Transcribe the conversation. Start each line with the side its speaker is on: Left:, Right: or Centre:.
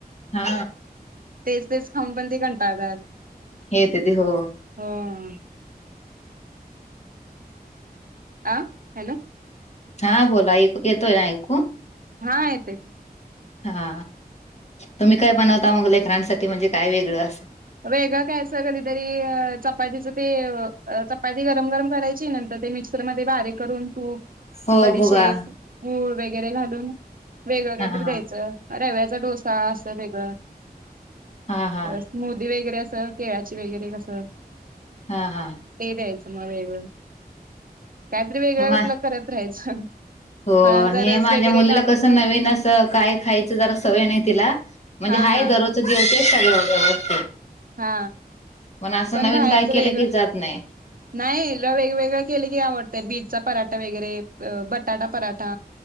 Left: हा
Right: तेच तेच खाऊन पण ते कंटाळतात.
Left: येते ते हो
Right: हो ओ. आ हॅलो!
Left: हा बोला येतो येतोय ना ऐकू.
Right: हा येतोय.
Left: हा तुमी काय बनवता मग लेकरांसाठी म्हणजे काय वेगळं असं.
Right: वेगळ काय असत कदीतरी चपातीच ते वअ चपाती गरम गरम करायची नंतर ते मिक्स मिक्सरमदे बारीक करून तूप,
Left: हो
Right: बडीशेप,
Left: भुगा
Right: गूळ वगैरे घालून वेगळं कायतरी
Left: हा हा
Right: द्यायचं रव्याचा डोसा असं वेगळं.
Left: हा हा
Right: स्मूदी वगैरे असं, केळाची वगैरे कसं
Left: हा हा!
Right: ते द्यायचं मग वेगळं. कायतरी वेगळं
Left: हे मा
Right: आपल करत राहायचं.
Left: हो
Right: फळांचा
Left: हे
Right: रस
Left: माज्या
Right: वगैरे
Left: मुलीला
Right: काढून
Left: कसं
Right: मग
Left: नवीन असं काय खायचं जरा सवय नाइ तिला म्हणजे
Right: हा
Left: हाय
Right: हा
Left: दरोज च जेवते सगळ व्यवस्थित.
Right: हा
Left: असं
Right: पण
Left: नवीन
Right: भायरच
Left: काय केलं
Right: वेगळं
Left: की जात नाही
Right: नाय तीला वेगवेगळ केले की आवडतय. बीटचा पराठा वगैरे, बटाटा पराठा.